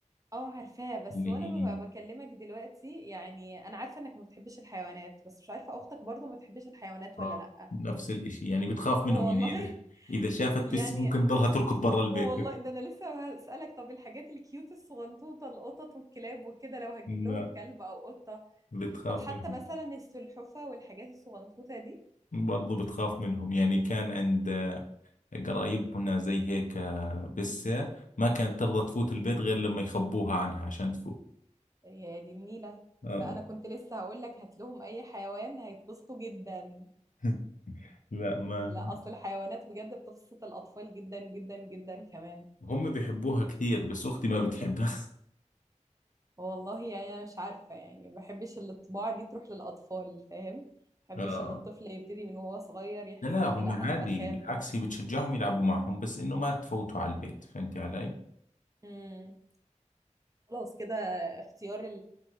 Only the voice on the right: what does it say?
اه عارفاه بس
وانا ببقى
بكلمك دلوقتي يعني انا عارفه انك ما بتحبش الحيوانات بس مش عارفه اختك برضو ما بتحبش الحيوانات
ولا لا
والله
<laughs>
يعني
ح-
والله ده انا لسه هسألك طب الحاجات الكيوت الصغنطوطه القطط والكلاب وكده لو
هتجيب
لهم كلب او قطه
طب حتى
مثلا السلحفه والحاجات الصغنطوطه دي
يا دي النيله
ده انا كنت لسه هقول لك هات لهم اي حيوان هيتبسطوا جدا
لا اصل الحيوانات بجد بتبسط الاطفال جدا جدا جدا كمان
والله يعني انا مش عارفه يعني ما بحبش الطباع دي تروح للاطفال فاهم ما
بحبش
ان الطفل يبتدي من وهو صغير يحس
ان
لا انا
بخاف
امم خلاص كده اختيار